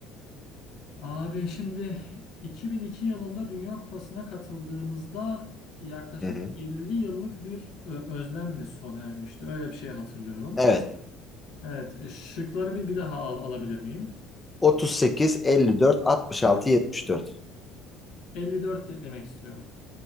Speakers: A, on the left; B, on the left.
A: Abi şimdi 2002 yılında Dünya Kupası'na katıldığımızda yaklaşık
B: Hı hı.
A: 50 yıllık bir ö- özlem mi sona ermişti? Öyle bir şey hatırlıyorum.
B: Evet.
A: Evet. Şıkları bir, bir daha al- alabilir miyim?
B: 38, 54, 66, 74.
A: 54 de- demek istiyorum.